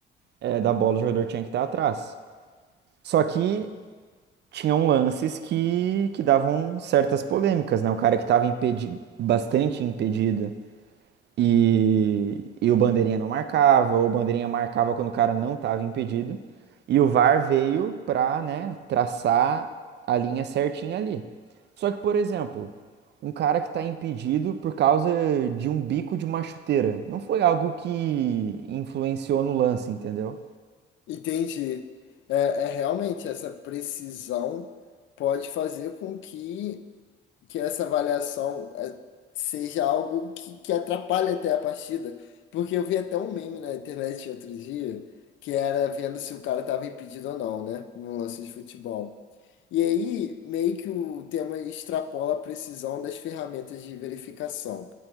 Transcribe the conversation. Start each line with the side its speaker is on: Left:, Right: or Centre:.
Right: eh, da bola, o jogador tinha que estar atrás. Só que tinham lances que, que davam certas polêmicas, né? O cara que estava impedi bastante impedido E, e o bandeirinha não marcava, ou o bandeirinha marcava quando o cara não estava impedido. E o VAR veio pra, né, traçar a linha certinha ali. Só que, por exemplo, um cara que está impedido por causa de um bico de uma chuteira, não foi algo que influenciou no lance, entendeu?
Left: Entende? É, é realmente essa precisão pode fazer com que que essa avaliação é, seja algo que, que atrapalhe até a partida. Porque eu vi até um meme na internet outro dia, que era vendo se o cara estava impedido ou não, né? Num lance de futebol. E aí, meio que o tema extrapola a precisão das ferramentas de verificação.